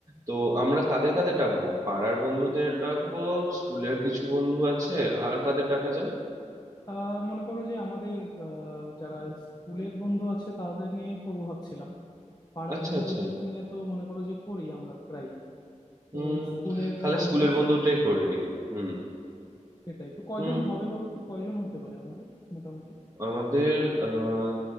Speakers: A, on the right; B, on the left.
A: তো আমরা কাদের কাদের ডাকবো পাড়ার বন্ধুদের ডাকবো স্কুলের কিছু বন্ধু আছে আর কাদের ডাকা যায়
B: আহ মনে করো যে আমাদের আহ যারা স্কুলের বন্ধু আছে তাদের নিয়েই করবো ভাবছিলাম পাড়ার
A: আচ্ছা
B: বন্ধুদের
A: আচ্ছা
B: নিয়ে তো মনে করো যে করি আমরা প্রায় তো
A: হুম
B: স্কুলের
A: তাহলে
B: যারা
A: স্কুলের
B: বন্ধু আছে
A: বন্ধুটাই করে দিই হুম
B: সেটাই তো কয়জন
A: হুম
B: হবে বলো তো কয়জন হতে পারে আমাদের মোটামুটি
A: আমাদের আহ,